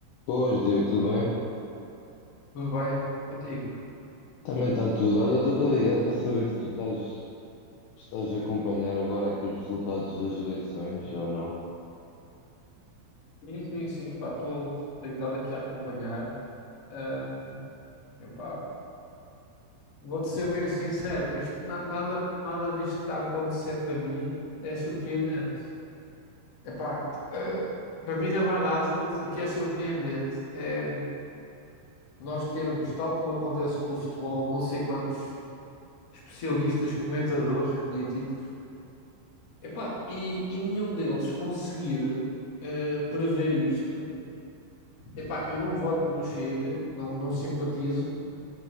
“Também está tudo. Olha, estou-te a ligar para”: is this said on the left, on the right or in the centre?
Left